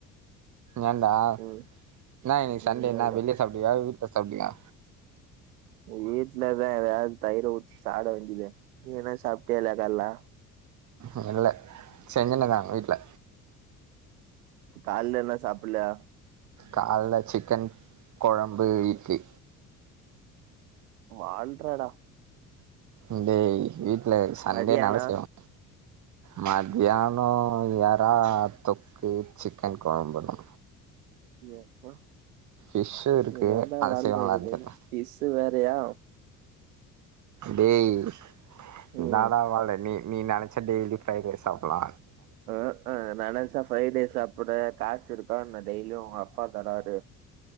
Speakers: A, on the right; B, on the right.
A: ஏண்டா
B: ம்
A: இன்னா இன்னைக்கு சண்டே
B: உண்மதா
A: என்ன வெளிய சாப்டுவியா வீட்ல சாப்டுவியா
B: ம் வீட்லதா எதாவ்து தயிர ஊத்தி சாப்ட வேண்டியதே நீ என்ன சாப்ட்டியா இல்லயா கால்ல
A: அ இல்ல சென்னைலதா வீட்ல
B: கால்ல இன்னு சாப்புட்ல
A: கால்ல சிக்கன் கொழம்பு இட்லி
B: வாழ்றடா
A: ம் டேய் வீட்ல சண்டேனால
B: மதியானோ
A: செய்வாங் மத்யானோ எறா தொக்கு சிக்கன் கொழம்புதா
B: எப்பா
A: ஃபிஷ்ஷு இருக்கு
B: இதான்டா
A: அது
B: வாழ்றது
A: செய்வாங்களான்னு
B: ஏனா
A: தெர்ல
B: ஃபிஷ்ஷு வேறையா
A: டேய் என்னாடா
B: ம்
A: வாழ்றே நீ நீ நெனைச்சா டெய்லி ஃப்ரைட் ரைஸ் சாப்புட்லா
B: ஆ ஆ நெனச்சா ஃப்ரைட் ரைஸ் சாப்புட்ற காசு இருக்கா என்ன டெய்லியு ஒங்க அப்பா தராரு